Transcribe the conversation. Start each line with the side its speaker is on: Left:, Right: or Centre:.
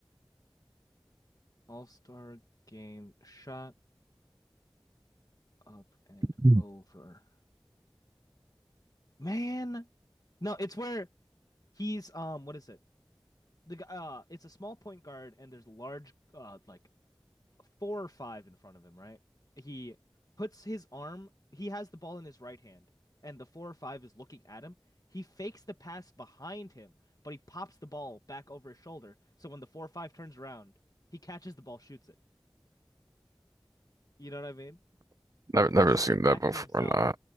Left: All Star game shot up and
Right: Mm.
Left: over. Man, no, it's where He's um, what is it? The guy, uh, it's a small point guard, and there's large, uh, like four or five in front of him, right? He puts his arm, he has the ball in his right hand, and the four or five is looking at him. He fakes the pass behind him, but he pops the ball back over his shoulder. So when the four or five turns around, he catches the ball, shoots it. You know what I mean?
Right: Never,
Left: He passes
Right: never seen
Left: it back
Right: that before.
Left: to himself.
Right: Nah,